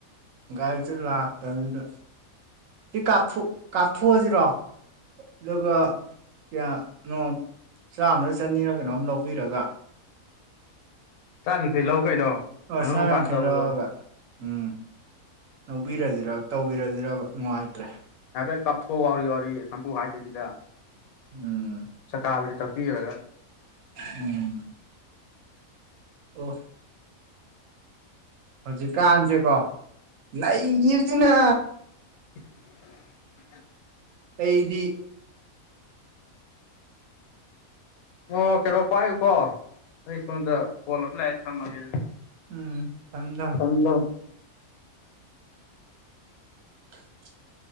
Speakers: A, on the right; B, on the left.
A: ꯒꯥꯔꯤꯁꯦ ꯂꯥꯛꯇꯕꯗꯨꯗ ꯍꯦꯛ ꯀꯥꯞꯊꯣꯛ ꯀꯥꯞꯊꯣꯛꯑꯖꯤꯔꯣ ꯑꯗꯨꯒ ꯀꯌꯥꯅꯣ ꯆꯥꯝꯃꯔ ꯆꯅꯤꯔ ꯀꯩꯅꯣꯝ ꯂꯧꯕꯤꯔꯒ
B: ꯆꯥꯝ ꯌꯥꯡꯈꯩ ꯂꯧ ꯀꯩꯅꯣ
A: ꯑꫭ
B: ꯃꯅꯨꯡ
A: ꯆꯥꯝꯌꯥꯥꯡꯈꯩ
B: ꯃꯄꯥꯟ ꯇꯧꯕꯗꯣ
A: ꯂꯧꯔꯕ ꯎꯝ ꯂꯧꯕꯤꯔꯖꯤꯔ ꯇꯧꯕꯤꯔꯖꯤꯔꯕ ꯅꯨꯡꯉꯥꯏꯇ꯭ꯔꯦ
B: ꯍꯥꯏꯐꯦꯠ ꯀꯥꯞꯊꯣꯛꯑꫭ ꯋꯥꯎꯔꯤ ꯋꯥꯎꯔꯤ ꯁꯝꯄꯨ ꯍꯥꯏꯗꯕꯤꯗ
A: ꯎꯝ
B: ꯆꯀꯥꯕꯨꯗꯤ ꯇꯛꯄꯤꯔꯒ
A: ꯎꯝ <unintelligible> ꯑꯣ ꯍꯧꯖꯤꯛꯀꯥꯟꯖꯦꯀꯣ ꯂꯩꯒꯤꯕꯁꯤꯅ
B: <inaudible>
A: ꯑꯩꯗꯤ
B: ꯑꯣ ꯀꯩꯅꯣ ꯄꯥꯏꯌꯨꯀꯣ ꯑꯩ ꯁꯣꯝꯗ
A: ꯑꯣ
B: ꯀꯣꯜ ꯑꯃ ꯂꯥꯛꯑꯦ ꯊꯝꯃꯒꯦ ꯑꯗꯨꯗꯤ
A: ꯎꯝ ꯊꯝꯃꫭ ꯊꯝꯃꫭ
B: ꯍꯜꯂꫭ
A: <inaudible>